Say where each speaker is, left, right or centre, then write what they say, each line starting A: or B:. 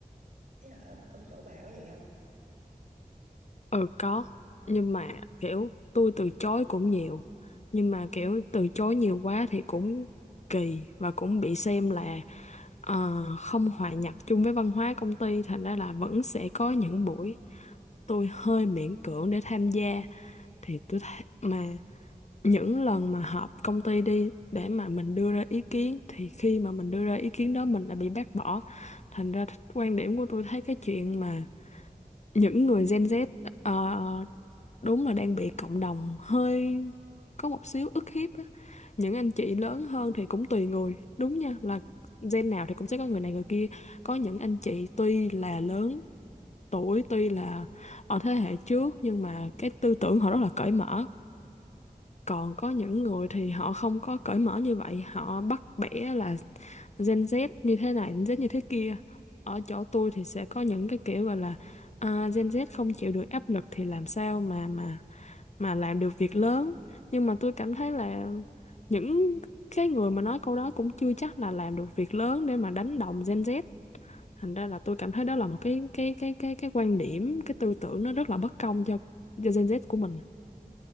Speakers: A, on the right (about 65°); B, on the left (about 50°).
A: Thế là ở, ở cái chỗ bà có vậy không?
B: Ừ có, nhưng mà kiểu tôi từ chối cũng nhiều. Nhưng mà kiểu từ chối nhiều quá thì cũng kỳ và cũng bị xem là ờ, không hòa nhập chung với văn hóa công ty thành ra là vẫn sẽ có những buổi tôi hơi miễn cưỡng để tham gia thì tôi thấy mà những lần mà họp công ty đi để mà mình đưa ra ý kiến thì khi mà mình đưa ra ý kiến đó mình lại bị bác bỏ thành ra quan điểm của tôi thấy cái chuyện mà những người Gen Z ờ, đúng là đang bị cộng đồng hơi có một xíu ức hiếp á. những anh chị lớn hơn thì cũng tùy người đúng nha là gen nào thì cũng sẽ có người này người kia có những anh chị tuy là lớn tuổi tuy là ở thế hệ trước nhưng mà cái tư tưởng họ rất là cởi mở còn có những người thì họ không có cởi mở như vậy họ bắt bẻ là Gen Z như thế này Gen Z như thế kia ở chỗ tôi thì sẽ có những cái kiểu gọi là à, Gen Z không chịu được áp lực thì làm sao mà mà mà làm được việc lớn nhưng mà tôi cảm thấy là những cái người mà nói câu đó cũng chưa chắc là làm được việc lớn để mà đánh đồng Gen Z thành ra là tôi cảm thấy đó là một cái cái cái cái cái quan điểm cái tư tưởng nó rất là bất công cho cho Gen Z của mình